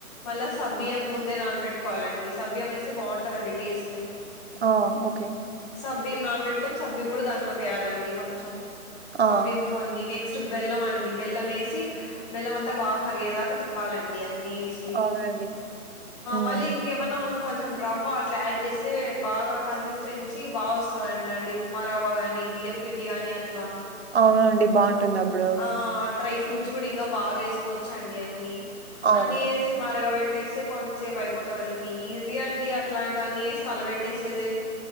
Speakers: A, on the left; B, on the right.
A: మళ్ళా సబియంం ముందే నానబెట్టుకోవాలండి సబియంం వేస్తే బాగుంటందండి టేస్ట్
B: ఓ ఓకే
A: సబ్బీం నాన్ వెజ్ కొని సబ్బీం కూడా దాంలో వేయాలండి కొంచెం సబ్బీం
B: ఆ!
A: కొన్ని నెక్ నెక్స్ట్ బెల్ం అండి బెల్ం వేసి బెల్లం అంతా బా కరిగెదాకా తిప్పాలిండి న్నిసి
B: అవునండి. హ్మ్.
A: మళ్ళ ఇంకమన్నా మన కొంచెం రవ్వ అట్లా యాడ్ చేస్తే బాగా కన్సిస్టెన్సీ బా వస్తుందింట అండి మరావ గాని బియ్య పిండి గాని అట్లా
B: అవునండి బాగుంటుంది అప్పుడు
A: ఆ డ్రై ఫ్రూట్స్ కూడా ఇంకా బాగా వేసుకోవచ్చండి అన్ని
B: అవునవును.
A: అన్ని వేసి మరగబట్ పెట్టేస్తే కొంచసేపు అయిపోతుందిండి ఈజీ అండి అట్లాంటివన్నీ వేసి కలబెట్టేసేది